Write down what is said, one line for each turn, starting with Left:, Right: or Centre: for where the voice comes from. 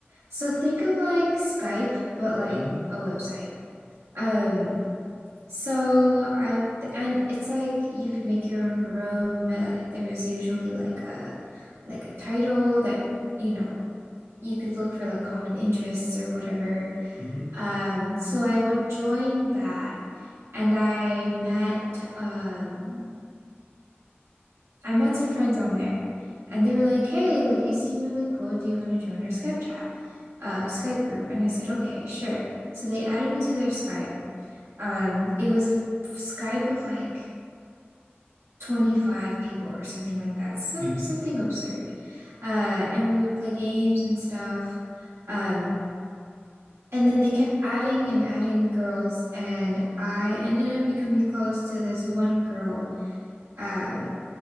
Right: So think of like Skype, but like
Left: Mm-hmm.
Right: a website. Um, so I and it's like you could make your own room. Uh, there was usually like a like a title that you know you could look for like common interests or whatever.
Left: Mm-hmm.
Right: Um, so I would join that and I met um I met some friends on there and they were like, hey, like you seem really cool. Do you want to join our Skype chat, uh, Skype group? And I said, okay, sure. So they added me to their Skype. Um, it was a Skype of like 25 people or something like that, some
Left: Mm-hmm.
Right: something absurd. Uh, and we would play games and stuff. Um, and then they kept adding and adding girls, and I ended up becoming close to this one girl. Um,